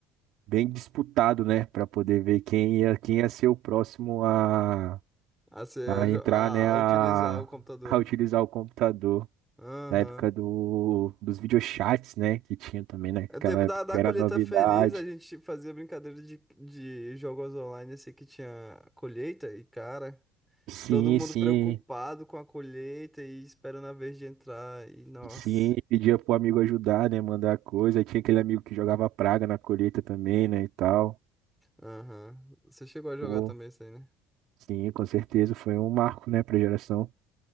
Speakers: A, on the right; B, in the centre.
A: Bem disputado, né? Para poder ver quem ia, quem ia ser o próximo a,
B: A, ser-
A: a entrar,
B: a,
A: né?
B: a-
A: A,
B: a utilizar o computador.
A: a utilizar o computador.
B: Aham.
A: Na época do, dos videochats, né? Que tinha também né? naquela
B: É o tempo
A: época,
B: da, da
A: que era
B: colheita
A: novidade.
B: feliz, a gente fazia brincadeira de, de jogos online assim que tinha colheita e, cara,
A: Sim,
B: todo mundo
A: sim.
B: preocupado com a colheita e esperando a vez de entrar e, nossa.
A: Sim, pedia pro amigo ajudar, né? Mandar coisa. Aí Tinha aquele amigo que jogava praga na colheita também, né? E tal.
B: Aham. Você chegou a jogar
A: Pô,
B: também isso aí, né?
A: sim, com certeza. Foi um marco, né, pra geração.